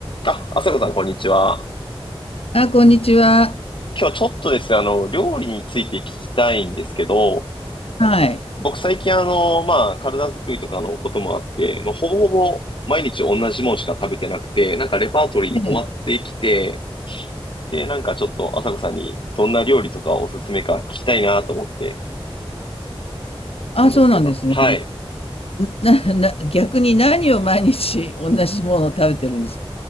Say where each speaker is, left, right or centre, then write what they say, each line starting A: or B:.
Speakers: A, on the left; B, on the left.
A: あ、あさこさん、こんにちは。
B: あ、こんにちは。
A: 今日ちょっとですね、あの、料理について聞きたいんですけど、
B: はい。
A: 僕最近あの、まあ、体作りとかのこともあって、まあ、ほぼほぼ毎日同じものしか食べてなくて、なんかレパートリーに困ってきて、
B: ねえ
A: で、なんかちょっとあさこさんにどんな料理とかおすすめか聞きたいなと思って
B: あ、
A: なんですけど。
B: そうなんですね。
A: はい。
B: な、な、<laughs> 逆に何を毎日同じものを食べてるんですか